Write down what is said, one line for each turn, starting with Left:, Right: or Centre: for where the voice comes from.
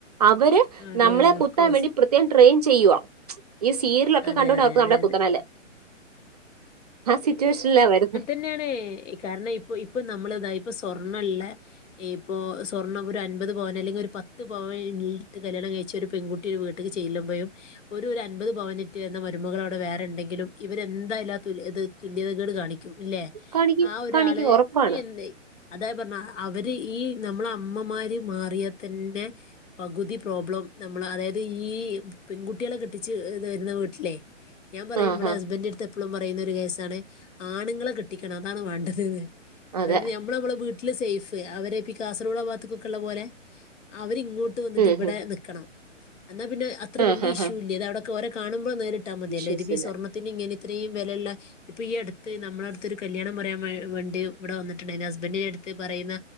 Right: അവര്
Left: അതെ
Right: നമ്മളെ
Left: അതെ
Right: കുത്താൻ
Left: ഓഫ് കോഴ്സ്
Right: വേണ്ടി പ്ര ത്യേകം ട്രെയിൻ ചെയ്യുവാ ഈ സീരിലൊക്കെ
Left: അതെ
Right: കണ്ടുകൊണ്ട
Left: അതെ
Right: അവർക്ക്
Left: അതെ
Right: നമ്മളെ കുത്തണേല്
Left: അതെ
Right: ആ സിറ്റുവേഷൻല്ലാ വരുന്നെ
Left: ന്നേണേ കാരണം ഇപ്പൊ ഇപ്പൊ നമ്മൾ ഇതായ ഇപ്പൊ സ്വർണ്ണിള്ള ഇപ്പോ സ്വർണ്ണം ഒരുഅൻപത്പവൻ അല്ലെങ്കി ഒരു പത്ത് പവൻ <unintelligible> ഇട്ട് കല്യാണം കഴിച്ച ഒരു പെൺകു ട്ടി ഒരു വീട്ട്ക്ക് ചെല്ലുമ്പഴും ഒരു ഒരു അൻമ്പത് പവൻ ഇട്ട് വരുന്ന മരുമകൾ അവടെ വേറെ ഇണ്ടെങ്കിലും ഇവരെന്തായാലും തുല്യത് തുല്യതകേട് കാണിക്കും ഇല്ലേ
Right: കാണിക്കും
Left: ആ ഒരാളെ
Right: കാണിക്കും ഉറപ്പാണ്
Left: <unintelligible> അതാ പറഞ്ഞെ അവര് ഈ നമ്മള അമ്മമാര് മാറിയാ തന്നെ പകുതി പ്രോബ്ലം നമ്മള് അതായത് ഈ പെൺകുട്ടികളെ കെട്ടിച്ച് ഇത് വരുന്ന വീട്ടിലേ ഞാൻ പറയും
Right: ആഹ്
Left: ഇവിടെ
Right: ആഹ്
Left: ഹസ്ബൻഡടുത്ത് എപ്പളും പറയുന്ന ഒരു കേസാണ് ആണുങ്ങളെ കെട്ടിക്കണം അതാണ് വാണ്ട തിത്
Right: അതെ
Left: അതായത് ഞമ്മള് ഞമ്മളെ വീട്ടില് സേഫ് അവരേപ്പി കാസർഗോഡ് ആ ഭാഗ ത്തൊക്കൊക്കെള്ള പോലെ അവരിങ്ങോട്ട് വന്നിട്ട്
Right: ഉം
Left: ഇവടേ
Right: ഹും
Left: നിക്കണം എന്നാ പിന്നേ അത്ര
Right: ആഹ്
Left: വല്യ
Right: ആഹ്
Left: ഇഷ്യൂ
Right: ആഹ്
Left: ഇല്ല ഇതവിടൊക്കെ ഓരെ കാണുമ്പൊ നേരിട്ടാ മതിയല്ലോ
Right: ഇഷ്യൂസില്ല
Left: ഇതിപ്പൊ ഈ സ്വർണത്തിന് ഇങ്ങനെ ഇത്രേം വെലെള്ള ഇപ്പൊ ഈ അടുത്ത് നമ്മുടെ അടുത്തൊരു കല്യാണം പറയാൻവേ വേണ്ടി ഇവിടെ വന്നിട്ടിണ്ടാരുന്നു ഹസ്ബൻന്റ് എടുത്ത് പറയുന്ന